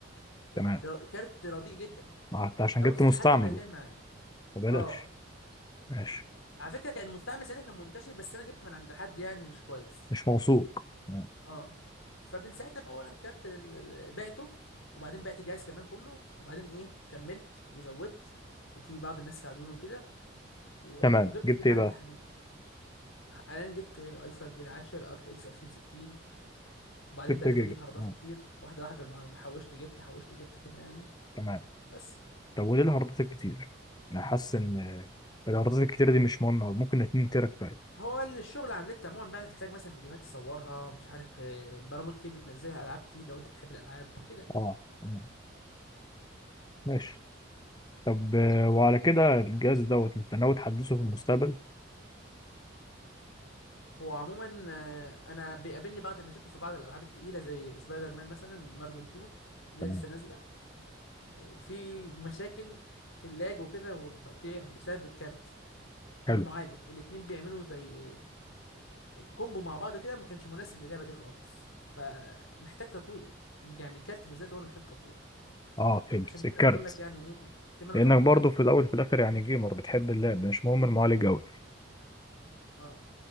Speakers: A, on the left; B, on the left.
A: <laughs>
B: تمام
A: را- كارت رديء جدا
B: ما حتى عشان
A: اوسخ
B: جبت مستعمل
A: حتى من اللي كان معايا
B: فبلاش
A: اه
B: ماشي
A: على فكره كان المستعمل ساعتها كان منتشر بس انا جبت من عند حد يعني مش كويس
B: مش موثوق تمام
A: اه فمن ساعتها بقى وانا الكارت ال- ال- بعته وبعدين بعت الجهاز كمان كله وبعدين ايه كملت وزودت وفي بعض الناس ساعدوني وكده و-
B: تمام
A: وجبت
B: جبت
A: اللي انا
B: ايه
A: عندي
B: بقى
A: حاليا حاليا جبت اي 5 جيل 10 ار تي اكس 2060 وبعدين
B: 6
A: بدات
B: جيجا
A: اجيب هاردات
B: تمام
A: كتير واحده واحده مع- حوشت جبت حوشت جبت كده يعني
B: تمام
A: بس
B: طب وليه الهاردات الكتير انا حاسس ان الهاردات الكتير دي مش مهمه ممكن 2 تيرا كفايه
A: هو الشغل على النت عموما بقى تحتاج مثلا فيديوهات تصورها مش عارف آه، برامج كتير بتنزلها العاب كتير لو انت بتحب الالعاب كده يعني.
B: اه تمام ماشي
A: بس.
B: طب آه، وعلى كده الجهاز دوت انت ناوي تحدثه في المستقبل
A: هو عموما آه، انا بيقابلني بعض المشاكل في بعض الالعاب التقيله زي سبايدر مان مثلا مارفل 2 اللي
B: تمام
A: لسه نازله آه، في مشاكل في اللاج وكده والتقطيع بسبب الكارت والمعالج
B: حلو
A: الاتنين بيعملوا زي كومبو مع بعض كده ما كانش مناسب للعبه دي خالص فمحتاج تطوير يعني كارت بالذات هو اللي محتاج تطوير
B: اه فهمت
A: عشان كده
B: الكارت
A: انا بقول لك يعني ايه احتمال اطور
B: لانك
A: الكارت
B: برضه في
A: اه
B: الاول وفي الاخر يعني جيمر بتحب اللعب مش مهم المعالج قوي
A: آه.